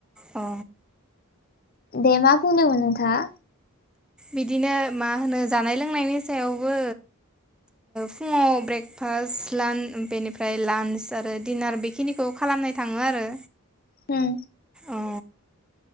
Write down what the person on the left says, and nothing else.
दे मा बुंदोंमोन नोंथाङा
उम